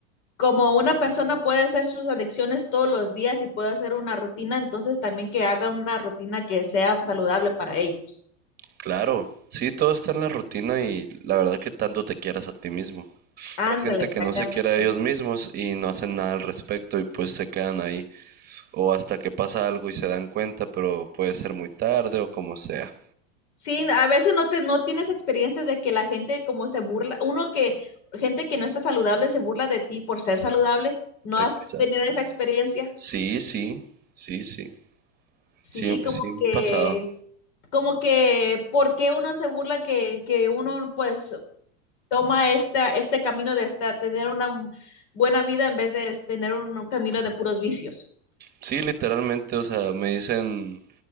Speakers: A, on the left; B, on the right.
A: Como una persona puede hacer sus adicciones todos los días y puede hacer una rutina, entonces también que haga una rutina que sea saludable para ellos.
B: Claro, sí, todo está en la rutina y la verdad que tanto te quieras a ti mismo.
A: Ándale,
B: Hay gente
A: exactamente.
B: que no se quiere a ellos mismos y no hacen nada al respecto y pues se quedan ahí. O hasta que pasa algo y se dan cuenta, pero puede ser muy tarde o como sea.
A: Sí, a veces no te, no tienes experiencias de que la gente como se burla, uno que, gente que no está saludable se burla de ti por ser saludable, ¿no
B: Exacto.
A: has tenido esa experiencia?
B: Sí, sí, sí, sí.
A: Sí,
B: Sí,
A: como
B: sí me
A: que,
B: ha pasado.
A: como que, ¿por qué uno se burla que, que uno pues toma esta, este camino de esta, tener una buena vida en vez de es- tener un, un camino de puros vicios.
B: Sí, literalmente, o sea, me dicen,